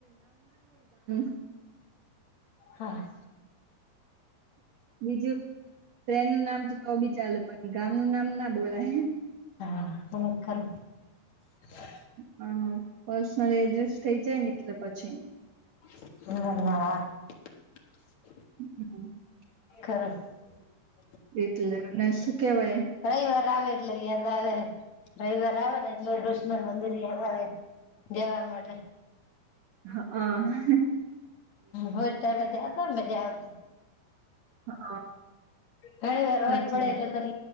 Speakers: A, on the right; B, on the left.
A: <inaudible>
B: હા.
A: બીજું ટ્રેન નું નામ તો બી ચાલે પણ ગામ એનું નામ ના બોલાય.
B: <inaudible> <inaudible>
A: હ પર્સનલ એડ્રેસ થઇ જાય ને એટલે પછી.
B: <inaudible> <inaudible>
A: <inaudible>
B: <inaudible>
A: એટલે અને કેવાય.
B: રવિવાર આવે એટલે યાદ આવે રવિવાર આવે ને એટલે દુશ્મન મંદિર યાદ આવે જવા માટે.
A: હ હ
B: હો તોમેજાદ મજા આવ
A: હા
B: <inaudible> <inaudible> હું ઘરેર અવાજ
A: સાચી
B: પડે
A: વાત
B: એટલે ક ું